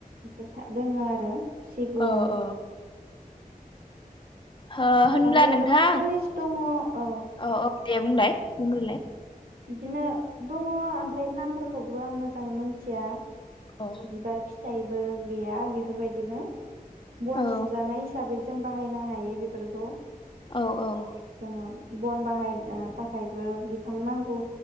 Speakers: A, on the right (about 75°); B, on the left (about 35°).
A: बेफोर था दङो आरो। सिगुन
B: औ औ हो होनब्ला
A: आरो
B: नोंथां
A: फांनैसो दङ औ।
B: औ औ दे बुंलाय बुंग्रोलाय
A: बिदिनो दङ ओमफ्राय नामफोरखौबो आं मोजाङै मोनथिया।
B: औ
A: बिबार फिथाइ फिथाइबो गैया बेफोरबायदिनो बन
B: औ
A: सुजानाय हिसाबै जों बाहायनो हायो बेफोरखौ।
B: औ औ
A: जोङो बन बाहायनो थाखायबो बिफांनांगौ।